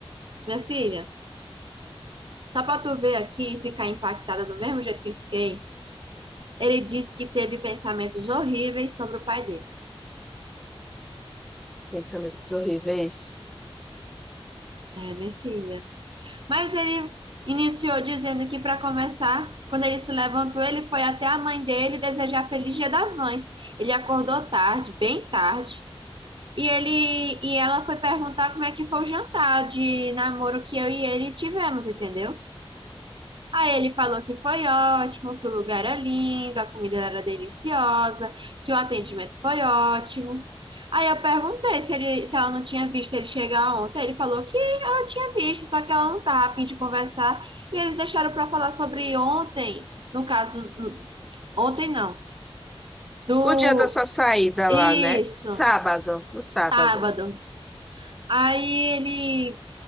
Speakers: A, on the right (about 55°); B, in the centre.
A: Minha filha, só pra tu ver aqui e ficar impactada do mesmo jeito que eu fiquei, ele disse que teve pensamentos horríveis sobre o pai dele.
B: Pensamentos horríveis.
A: É, minha filha. Mas ele iniciou dizendo que, para começar, quando ele se levantou, ele foi até a mãe dele desejar feliz Dia das Mães. Ele acordou tarde, bem tarde. E ele e ela foi perguntar como é que foi o jantar de namoro que eu e ele tivemos, entendeu? Aí ele falou que foi ótimo, que o lugar era lindo, a comida era deliciosa, que o atendimento foi ótimo. Aí eu perguntei se, ele, se ela não tinha visto ele chegar ontem. Ele falou que ela tinha visto, só que ela não tá a fim de conversar. E eles deixaram para falar sobre ontem, no caso, no- ontem não, do
B: O dia da sua saída
A: isso,
B: lá, né? Sábado, no sábado.
A: sábado. Aí ele